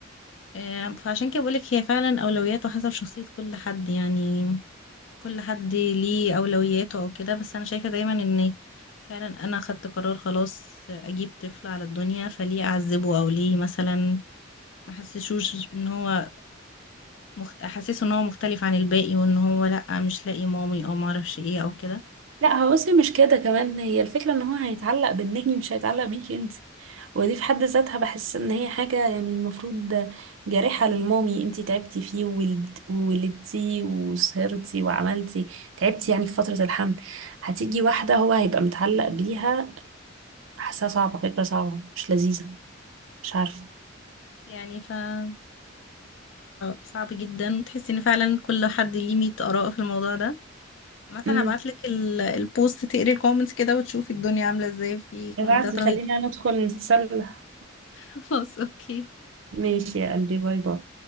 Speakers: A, on the left (about 70°); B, on the right (about 80°).
A: آه، فعشان كده بقولك هي فعلا أولويات وحسب شخصية كل حد يعني كل حد ليه أولوياته أو كده بس أنا شايفة دايما إن فعلا أنا خدت قرار خلاص أجيب طفل على الدنيا فليه أعذبه أو ليه مثلا ما أحسسوش إن هو مخ... أحسسه إن هو مختلف عن الباقي وإن هو لأ مش لاقي مامي أو معرفش إيه أو كده
B: لا هو بصي مش كده كمان هي الفكرة ان هو هيتعلق بالنجم مش هيتعلق بيكي انت ودي في حد ذاتها بحس ان هي حاجة يعني المفروض جارحة للمامي انت تعبتي فيه وولد- وولدتي وسهرتي وعملتي تعبتي يعني في فترة الحمل هتيجي واحدة هو هيبقى متعلق بيها حاسة صعبة فكرة صعبة مش لذيذة مش عارفة
A: بس يعني فالموضوع صعب جدا تحس إن فعلا كل حد ليه مية آراء في الموضوع ده عامة
B: امم
A: هبعتلك ال- البوست تقري الكومنتس كده وتشوفي الدنيا عاملة ازاي في كومنتات
B: ابعتي خلينا
A: رهيبة
B: ندخل نتسلى <laughs>
A: <laughs> خلاص اوكي
B: ماشي يا قلبي باي باي